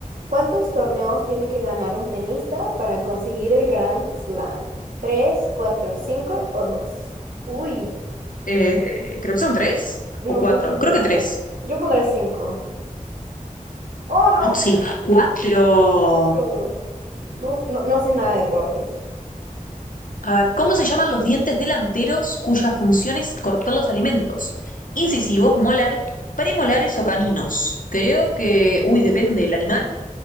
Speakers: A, on the right; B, on the left.
A: ¿cuántos torneos tiene que ganar un tenista para conseguir el Grand Slam? ¿Tres, cuatro, cinco o dos? Uy,
B: Eh, creo que son tres
A: no
B: o cuatro.
A: tengo idea.
B: Creo que tres.
A: Yo pondré cinco. ¡Oh, no!
B: No, sí. Cuatro.
A: Cuatro. No, no, no sé nada de deportes.
B: A ver, ¿cómo se llaman los dientes delanteros cuya función es cortar los alimentos? Incisivos, molares, premolares o caninos. Creo que, uy, depende del animal.